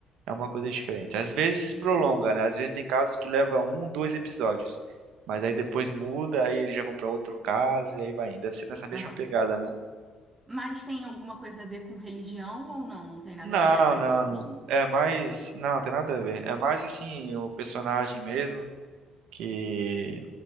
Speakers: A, on the right; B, on the right.
A: é uma coisa diferente. Às vezes prolonga, né? Às vezes tem casos que leva um, dois episódios. Mas aí depois muda, aí eles já vão pra outro caso e aí vai indo. Deve ser nessa mesma
B: Aham.
A: pegada, né?
B: Mas tem alguma coisa a ver com religião ou não? Não tem nada
A: Não,
B: a ver, é mais
A: não,
B: ação.
A: não. É mais. Não, tem nada a ver. É mais assim, o personagem mesmo. que